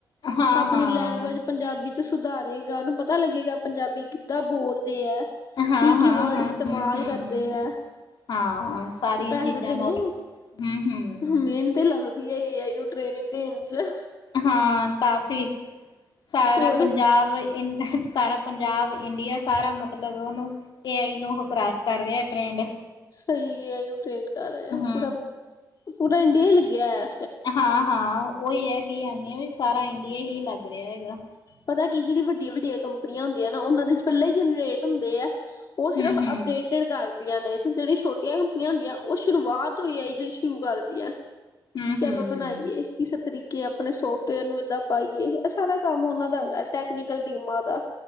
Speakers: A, on the left; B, on the left.
A: ਹਾਂ
B: ਆਪਣੀ
A: ਹਾਂ
B: ਲੈਂਗੁਏਜ ਪੰਜਾਬੀ ਸੁਧਾਰੇਗਾ ਉਹਨੂੰ ਪਤਾ ਲੱਗੇਗਾ ਪੰਜਾਬੀ ਕਿੱਦਾਂ ਬੋਲ ਹੈ
A: ਹਾਂ
B: ਕੀ
A: ਹਾਂ
B: ਕੀ ਵਰਡ
A: ਹਾਂ
B: ਇਸਤੇਮਾਲ
A: ਹੂੰ ਹੂੰ
B: ਕਰਦੇ ਹੈ
A: ਹਾਂ ਸਾਰੀਆਂ
B: ਤੇ ਪੈਸੇ
A: ਚੀਜ਼ਾਂ
B: ਦੇਣੇ
A: ਨੋਟ
B: ਆ
A: ਹੂੰ ਹੂੰ
B: ਮਿਹਨਤ ਲੱਗਦਾ ਵਧੀਆ ਏ ਆਈ ਨੂੰ ਟ੍ਰੇਨਿੰਗ ਦੇਣ ਵਿੱਚ ।
A: ਹਾਂ ਕਾਫ਼ੀ ਸਾਰਾ
B: ਤੇ ਹੋਰ
A: ਪੰਜਾਬ ਇੰਝ ਸਾਰਾ ਪੰਜਾਬ ਇੰਡੀਆ ਸਾਰਾ ਮਤਲਬ ਉਹਨੂੰ ਏ ਆਈ ਨੂੰ ਹੁਣ ਕਰ ਰਿਹਾ ਟ੍ਰੈਂਡ।
B: ਸਹੀ ਹੈ ਇਹਨੂੰ ਟਰੇਂਡ ਕਰ ਰਹੇ
A: ਹੂੰ
B: ਪੂਰਾ। ਪੂਰਾ ਇੰਡੀਆ ਹੀ ਲੱਗਿਆ ਹੈ।
A: ਹਾਂ ਹਾਂ ਉਹੀ ਹੈ ਕੀ ਆ ਵੀ ਇਸ ਸਾਰਾ ਇੰਡੀਆ ਹੀ ਲੱਗ ਰਿਹਾ ਹੈਗਾ
B: ਪਤਾ ਕੀ ਜਿਹੜੀ ਵੱਡੀਆਂ- ਵੱਡੀਆਂ ਕੰਪਨੀਆਂ ਹੁੰਦੀਆਂ ਨਾ, ਉਹਨਾਂ ਦੇ ਪਹਿਲਾਂ ਹੀ ਜਨਰੇਟ ਹੁੰਦੇ ਆ। ਉਹ ਸਿਰਫ
A: ਹੂੰ ਹੂੰ
B: ਅਪਡੇਟਡ ਕਰਦੀਆਂ ਨੇ। ਜਿਹੜੀ ਛੋਟੀਆਂ ਕੰਪਨੀਆਂ ਹੁੰਦੀਆਂ, ਉਹ ਸ਼ੁਰੂਆਤ ਏ ਆਈ ਜ ਸ਼ੁਰੂ ਕਰਦੀ ਹੈ।
A: ਹੂੰ
B: ਕਿ
A: ਹੂੰ
B: ਆਪਾਂ ਬਣਾਈਏ ਕਿਸੇ ਤਰੀਕੇ ਕਿ ਆਪਣੇ ਸੋਫਟਵੇਅਰ ਨੂੰ ਏਦਾਂ ਪਾਈਏ। ਸਾਰਾ ਕੰਮ ਉਹਨਾਂ ਟੈਕਨੀਕਲ ਦੀਮਾ ਦਾ।